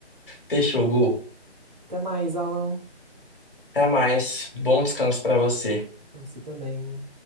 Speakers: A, on the left; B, on the right.
A: Fechou, Gu.
B: Até mais, Alan.
A: Até mais. Bom descanso pra você.
B: Pra você também.